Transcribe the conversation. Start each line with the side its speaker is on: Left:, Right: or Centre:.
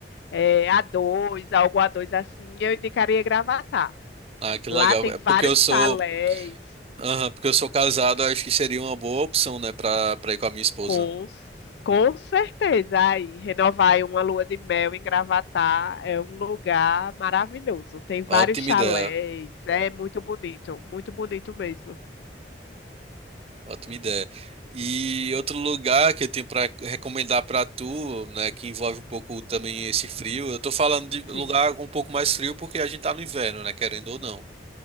Left: é, a dois algo a dois assim, eu indicaria Gravatá.
Right: Ah, que
Left: Lá
Right: legal.
Left: tem
Right: É
Left: vários
Right: Porque eu sou,
Left: chalés,
Right: aham, porque eu sou casado, acho que seria uma boa opção, né, pra, pra ir com a minha esposa.
Left: Com, com certeza. Aí, renovar uma lua de mel em Gravatá é um lugar maravilhoso. Tem vários
Right: Ótima
Left: chalés,
Right: ideia.
Left: é muito bonito, muito bonito mesmo.
Right: Ótima ideia. E outro lugar que eu tenho para recomendar para tu, né, que envolve um pouco também esse frio. Eu tô falando de lugar
Left: Sim,
Right: um pouco mais frio porque a gente tá no inverno, né, querendo ou não.